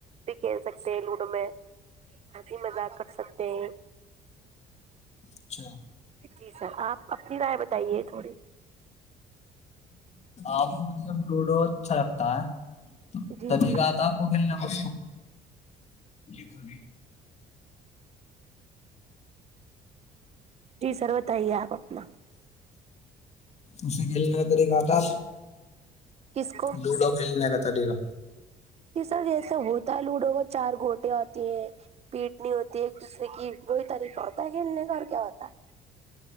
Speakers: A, on the right; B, on the left.
A: بھی کھیل سکتے ہیں لوڈو میں کافی مزاق کر سکتے ہیں
B: اچھا
A: جی سر آپ اپنی رائے بتائیے تھوڑی
B: آپ مجب لوڈو اچھا لگتا ہے
A: جی
B: تدیکہ آتا آپ کو کھیلنا کو یہ کر
A: جی سر بتائیے آپ اپنا
B: اسے گل تری گ کا
A: کس کو
B: لوڈو کھیلنے ل کا تری کاا
A: سر جیسا ہوتا ہے لوڈو کو چار گوٹے ہوتی ہیں پیٹ نہیں ہوتی ایک دوسرے کی وہئی طریقہ ہوتا ہے کھیلنے کا کیا ہوتا ہے